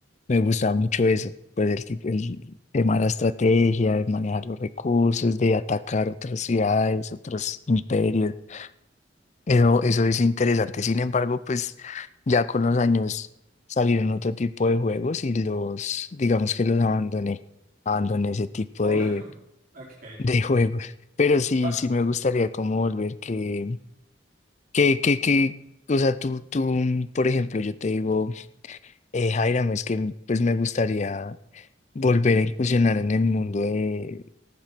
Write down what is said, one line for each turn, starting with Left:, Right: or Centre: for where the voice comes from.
Left: me gustaba mucho eso, pues el, tip- el tema de la estrategia, de manejar los recursos, de atacar otras ciudades, otros imperios, eso, eso es interesante, sin embargo, pues ya con los años salieron otro tipo de juegos y los, digamos que los abandoné, abandoné ese tipo
Right: Oh,
Left: de,
Right: <laughs> ok.
Left: de <laughs> juegos, pero sí,
Right: Pa-
Left: sí me gustaría como volver que que, que, que, o sea, tú, tú, mm, por ejemplo, yo te digo, eh, Jairam, es que mm, pues me gustaría volver a incursionar en el mundo de,